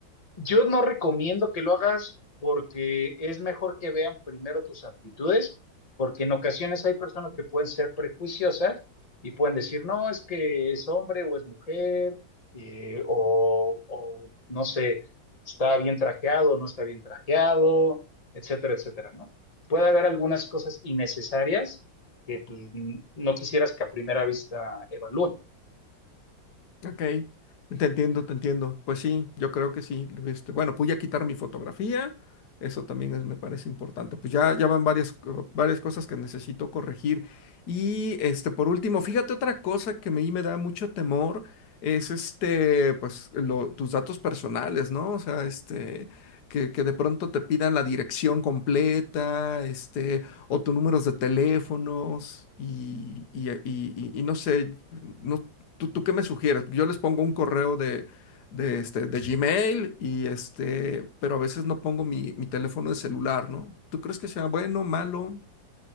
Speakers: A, on the left; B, on the left.
A: Yo no recomiendo que lo hagas porque es mejor que vean primero tus aptitudes, porque en ocasiones hay personas que pueden ser prejuiciosas y pueden decir, no, es que es hombre o es mujer, eh, o, o no sé, está bien trajeado o no está bien trajeado, etcétera, etcétera, ¿no? Puede haber algunas cosas innecesarias que pues, n- no quisieras que a primera vista evalúen.
B: Ok, te entiendo, te entiendo. Pues sí, yo creo que sí. este, bueno, pude quitar mi fotografía, eso también es- me parece importante. Pues ya, ya van varias, co- varias cosas que necesito corregir. Y este, por último, fíjate otra cosa que a mí me da mucho temor, es este, pues lo- tus datos personales, ¿no? O sea, este, que, que de pronto te pidan la dirección completa, este, o tus números de teléfonos, y, y y- y- y no sé. no. ¿Tú, tú qué me sugieres? Yo les pongo un correo de, de, este, de Gmail y este, pero a veces no pongo mi, mi teléfono de celular, ¿no? ¿Tú crees que sea bueno, malo?